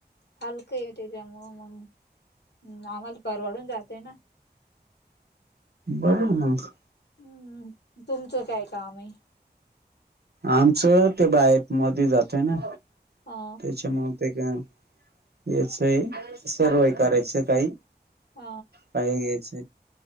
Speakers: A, on the left (about 80°); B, on the right (about 70°).
A: हलकं ये, त्याच्यामुळं मग आम्हाला परवडून जातय ना.
B: बरय मंग
A: हम्म, तुमचं काय काम आहे?
B: आमचं ते बाहेप मध्ये जातोय ना.
A: हा
B: त्यामुळ, ते काम याच आहे सर्वाय करायचय
A: हम्म
B: काही,
A: अ
B: काही घ्यायचंय.